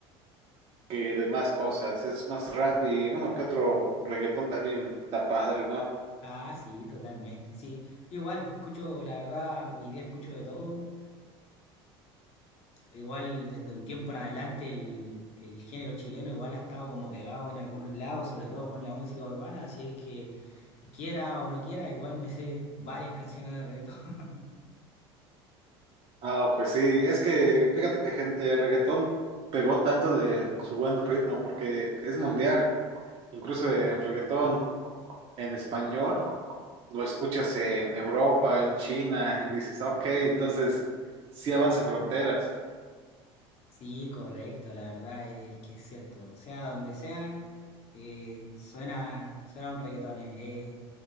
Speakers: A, on the right; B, on the left.
A: que demás cosas, es más rap y uno que otro reggaetón también está padre, ¿no?
B: Ah, sí, totalmente, sí. Yo igual, escucho, la verdad, hoy día escucho de todo. Igual desde un tiempo en adelante el, el género chileno igual ha estado como pegado en algunos lados, sobre todo con la música urbana, así que quiera o no quiera, igual me sé varias canciones de reggaetón. <laughs>
A: Ah, pues sí, es que fíjate que gen- eh, reggaetón pegó tanto de su buen ritmo porque es mundial. Incluso el reggaetón en español lo escuchas en Europa, en China y dices, ok, entonces sí avanza fronteras.
B: Sí, correcto, la verdad es, es que es cierto. Sea donde sea, eh, suena, suena un reggaetón. eh, eh,